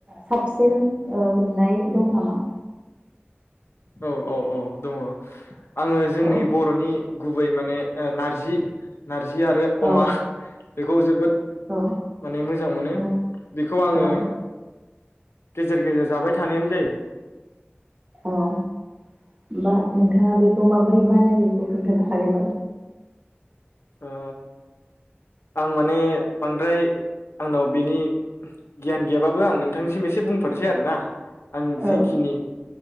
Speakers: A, on the right; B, on the left.
A: साबसिन ओ मोननाय ओ दं नामा?
B: औ-औ-औ दङ आङो जोंनि
A: औ
B: बर'नि गुबै माने ओ नारजि-नारजि आरो
A: औ
B: अमा बेखौ जोबोद
A: औ
B: माने मोजां मोनो
A: औ
B: बेखौ आङो
A: औ
B: गेजेर-गेजेर जाबाय थानायानो जायो।
A: औ होमबा नोंथाङा बेखौ माबोरै बानायो बेखौ खोन्थानो हागोन नामा? <inaudible>
B: ओ आं माने बांद्राय आंनाव बिनि गियान गैयाबाबो आं नोंथांनिसिम एसे बुंफोरनोसै आरो ना आं
A: औ
B: जेखिनि